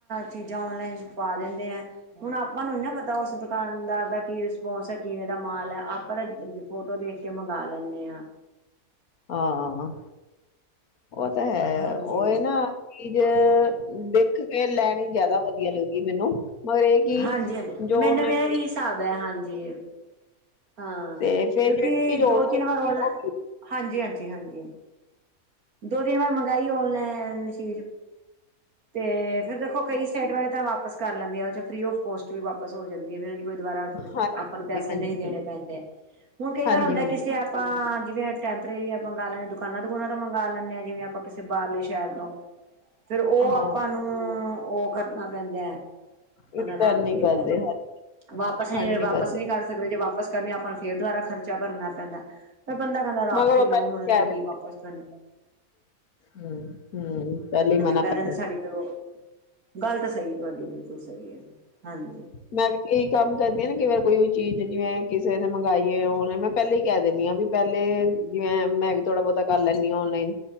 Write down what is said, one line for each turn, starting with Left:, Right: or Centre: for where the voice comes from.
Right: ਚੀਜ਼ਾਂ ਔਨਲਾਈਨ ਚ ਪਾ ਦਿੰਦੇ ਐ। ਹੁਣ ਆਪਾਂ ਨੂੰ ਨੀ ਨਾ ਪਤਾ ਉਸ ਦੁਕਾਨਦਾਰ ਦਾ ਕੀ ਰਿਸਪੋਂਸ ਹੈ। ਕਿਵੇਂ ਦਾ ਮਾਲ ਹੈ, ਆਪਾਂ ਤਾਂ ਫੋਟੋ ਦੇਖ ਕੇ ਮੰਗਾ ਲੈਂਨੇ ਆ।
Left: ਹਾਂ, ਉਹ ਤਾਂ ਹੈ
Right: ਹਾਂਜੀ
Left: ਉਹ ਇਹ ਨਾ। ਚੀਜ਼ ਦੇਖ ਕੇ ਲੈਣੀ ਜਿਆਦਾ ਵਧੀਆ ਲੱਦੀ ਮੈਨੂੰ ਮਗਰ ਇਹ ਕਿ
Right: ਹਾਂਜੀ-ਹਾਂਜੀ
Left: ਜੋ
Right: ਮੈਨੂੰ
Left: ਔਨਲਾਈਨ
Right: ਮੇਰਾ ਵੀ ਹਿਸਾਬ ਹੈ, ਹਾਂਜੀ। ਹਾਂ,
Left: ਤੇ ਫੇਰ
Right: ਕਿਉਂਕਿ
Left: ਜਿਹੜੀ ਚੀਜ਼ ਔਨਲਾਈਨ
Right: ਦੋ- ਤਿੰਨ
Left: ਫੇਰ
Right: ਵਾਰ ਓਨਲ ਹਾਂਜੀ- ਹਾਂਜੀ, ਹਾਂਜੀ। ਦੋ, ਤਿੰਨ ਵਾਰ ਮੰਗਾਈ ਔਨਲਾਈਨ ਚੀਜ ਤੇ ਫੇਰ ਦੇਖੋ ਕਈ ਸਾਈਟ ਵਾਲੇ ਤਾਂ ਵਾਪਿਸ ਕਰ ਲੈਂਨੇ ਆ, ਜੋ ਫਰੀ ਆਫ ਕੋਸਟ ਵੀ ਵਾਪਸ ਹੋ ਜਾਂਦੀ ਹੈ ਵੈਰੀ ਕੋਈ ਦੁਬਾਰਾ
Left: ਹਾਂਜੀ,
Right: ਆਪਾਂ ਨੂੰ ਪੈਸੇ
Left: ਹਾਂਜੀ,
Right: ਨਹੀਂ ਦੇਣੇ
Left: ਹਾਂਜੀ।
Right: ਪੈਂਦੇ, ਹੁਣ ਕਈ
Left: ਹਾਂਜੀ-ਹਾਂਜੀ,
Right: ਵਾਰ ਹੁੰਦਾ ਕਿਸੇ ਐਪ ਆਪਾਂ ਜਿਵੇਂ ਟੈਂਪਰੇਰੀ ਆਪ ਮੰਗਾ ਲੈਂਨੇ ਦੁਕਾਨਾਂ- ਦੁਕੂਨਾਂ ਦਾ ਮੰਗਾ ਲੈਂਨੇ ਹਾਂ, ਜਿਵੇਂ ਆਪਾਂ ਕਿਸੇ ਬਾਹਲੇ ਸ਼ਹਿਰ ਤੋਂ ਫੇਰ ਉਹ
Left: ਹਾਂ
Right: ਆਪ ਆਪਾ ਨੂੰ ਉਹ ਕਰਨਾ ਪੈਂਦਾ ਹੈ,
Left: ਰਿਟਰਨ
Right: ਉਹਦਾ ਨਾਮ ਕਿਵੇ
Left: ਨੀ ਕਰਦੇ
Right: ਦਾ ਵਾਪਸ
Left: ਰਿਫੰਡ
Right: ਨੀ ਫੇ ਵਾਪਿਸ
Left: ਕਰਦੇ।
Right: ਨੀ ਕਰ ਸਕਦੇ, ਜੇ ਵਾਪਿਸ ਕਰਨੇ ਆਪਾਂ ਨੂੰ ਫੇਰ ਦੁਬਾਰਾ ਖਰਚਾ ਭਰਨਾ ਪੈਂਦਾ। ਫੇਰ ਬੰਦਾ ਕਹਿੰਦਾ ਰੱਖ
Left: ਮਗਰ
Right: ਹੀ
Left: ਉਹ
Right: ਲੋਓ
Left: ਪਹਿਲਾਂ
Right: ਹੁਣ ਇਹਨੂੰ
Left: ਕਹਿ
Right: ਕੀ
Left: ਦਿੰਦੇ
Right: ਵਾਪਸ ਕਰਨਾ।
Left: ਹੂੰ, ਪਹਿਲੇ ਹੀ ਮਨਾ
Right: ਕਹਿ
Left: ਕਰ
Right: ਦਿੰਦੇ ਸਾਡੀ ਤੇ ਉਹ ਗੱਲ ਤਾਂ ਸਹੀ ਹੈ ਤੁਹਾਡੀ ਬਿਲਕੁਲ ਸਹੀ ਹੈ, ਹਾਂਜੀ।
Left: ਮੈਂ ਵੀ ਕਈ ਕੰਮ ਕਰਦੀ ਹਾਂ ਨਾ, ਕਈ ਵਾਰ ਕੋਈ ਚੀਜ਼ ਜਿਵੇਂ ਕਿਸੇ ਨੇ ਮੰਗਾਈ ਹੈ, ਆਨਲਾਈਨ ਮੈਂ ਪਹਿਲਾਂ ਹੀ ਕਹਿ ਦੇਨੀ ਹਾਂ ਵੀ ਪਹਿਲੇ ਜਿਵੇਂ ਮੈਂ ਵੀ ਥੋੜਾ ਬਹੁਤਾ ਕਰ ਲੈਂਦੀ ਹਾਂ ਔਨਲਾਈਨ।